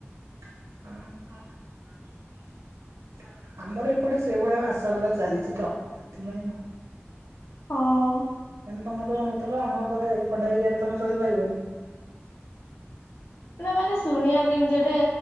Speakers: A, on the right; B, on the left.
A: <unintelligible> ଆମର ଏପଟେ ସେଇଭଳିଆ ଭାସାଗୁରା ଚାଲିଛି ତ ସେଥିପାଇଁ ଆଉ।
B: ହଁ
A: ମାନେ ତମର ମତ ଆମ ଘରେ ଏପଟ ଏରିଆରେ ତମେ ଚଳିପାରିବନି।
B: ନା ମାନେ ଶୁଣିବାକୁ କେମତି ଗୋଟେ